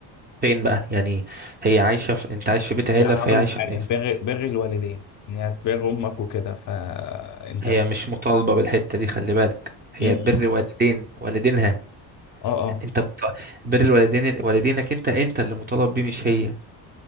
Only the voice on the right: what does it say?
فين بقى يعني هي عايشة في انت عايش في بيت عيلة
فهي
عايشة
في... إيه؟
هي
مش مطالبة بالحتة دي خلي بالك هي
بر والدين والدينها
انت مط... بر والدين والدينك انت انت اللي مطالب بيه مش هي